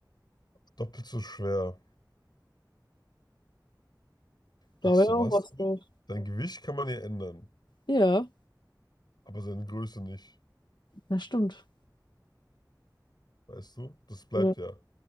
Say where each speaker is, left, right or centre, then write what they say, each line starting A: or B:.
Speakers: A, on the left; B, on the left.
A: doppelt so schwer. Weißt
B: da wäre
A: du
B: auch
A: was?
B: was drauf.
A: Dein Gewicht kann man ja ändern,
B: Ja,
A: aber seine Größe nicht.
B: das stimmt.
A: Weißt du? Das bleibt
B: Ja.
A: ja.